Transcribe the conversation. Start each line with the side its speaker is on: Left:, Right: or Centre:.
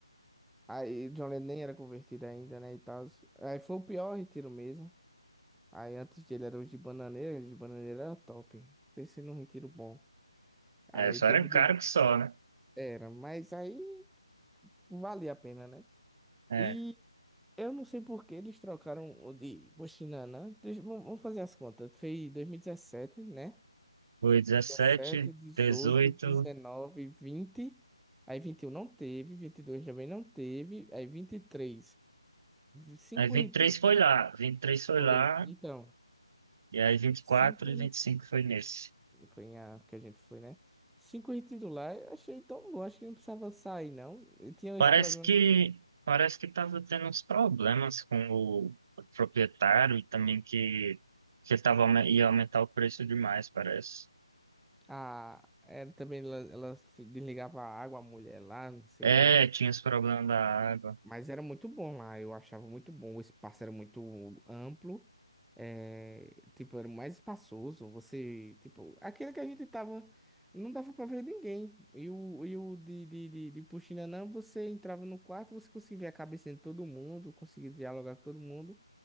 Centre: Aí John Lennon nem era convertido ainda, né, e tal. Aí foi o pior retiro mesmo. Aí antes dele era os de Bananeira, os de Bananeira era top. Pensei num retiro bom. Aí
Right: É, é, só
Centre: teve
Right: era
Centre: o do...
Right: caro que só, né?
Centre: Era, mas aí valia a pena, né?
Right: É,
Centre: E eu não sei por que eles trocaram o de Buxinanã. Deixa- Vamos vamos fazer as contas. Foi 2017, né?
Right: foi dezessete,
Centre: 17, 18,
Right: dezoito,
Centre: 19, 20... Aí 21 não teve, 22 também não teve, aí 23. Cinco
Right: aí 23
Centre: retiros.
Right: foi lá, 23 foi
Centre: Foi.
Right: lá,
Centre: Então,
Right: e aí vinte
Centre: cinco
Right: e quatro e e
Centre: retiros.
Right: vinte e cinco foi nesse.
Centre: Foi em a que a gente foi, né? Cinco retiros lá, eu achei tão bom. Acho que não precisava sair, não. Eu tinha
Right: Parece
Centre: esse problema.
Right: que, parece que tava tendo uns problemas com o proprietário e também que, que tava, aumen- ia aumentar o preço demais, parece.
Centre: Ah, ela também ela, ela desligava a água, a mulher lá, não sei
Right: É,
Centre: lá.
Right: tinha esse problema da água.
Centre: Mas era muito bom lá, eu achava muito bom. O espaço era muito amplo, é, tipo, era mais espaçoso. Você, tipo, aquele que a gente tava, não dava pra ver ninguém. E o, e o de, de, de, de Puxinanã, você entrava no quarto, você conseguia ver a cabeça de todo mundo, conseguia dialogar com todo mundo.